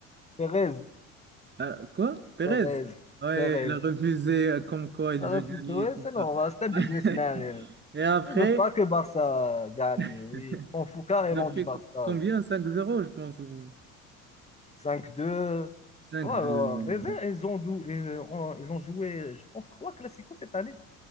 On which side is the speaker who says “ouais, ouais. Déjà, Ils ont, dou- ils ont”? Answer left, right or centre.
Left